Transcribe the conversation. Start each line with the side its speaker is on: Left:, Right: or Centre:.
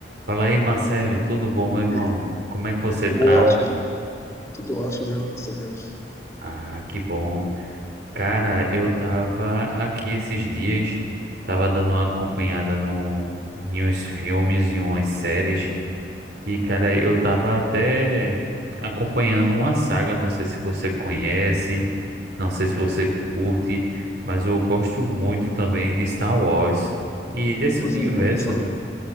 Right: Fala aí, Marcelo, tudo bom, meu irmão?
Left: E
Right: Como é que você
Left: tudo
Right: tá?
Left: ótimo, tudo ótimo, graças a Deus.
Right: Ah, que bom. Cara, eu tava aqui esses dias, tava dando uma acompanhada no, em uns filmes e umas séries, e cara, eu tava até acompanhando uma saga, não sei se você conhece, não sei se você curte, mas eu gosto muito também de Star Wars e desse
Left: Eu
Right: universo.
Left: sou muito fã.